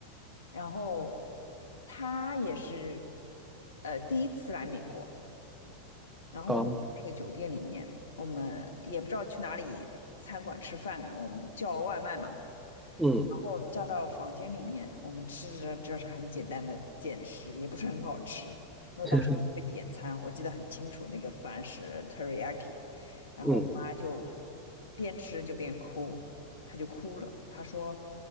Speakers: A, on the left; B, in the centre.
A: 然后他也是呃第一次来美国，然后我们在那个酒店里面，
B: 啊，
A: 我们也不知道去哪里餐馆吃饭啊我们叫了外卖嘛，
B: 嗯
A: 然后叫到房间里面，我们吃着就是很简单的简吃，也不是很好吃，因为当时会点餐，
B: <laughs>
A: 我记得很清楚，那个饭是 teriyaki，然后我妈就
B: 嗯
A: 边吃就边哭，她就哭了，她说